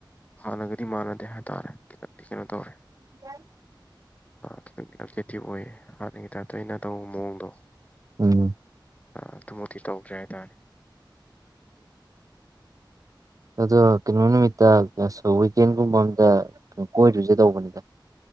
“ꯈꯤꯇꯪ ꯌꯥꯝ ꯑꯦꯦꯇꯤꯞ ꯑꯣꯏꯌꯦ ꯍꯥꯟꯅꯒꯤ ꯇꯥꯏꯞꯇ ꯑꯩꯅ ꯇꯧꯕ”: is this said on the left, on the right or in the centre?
Left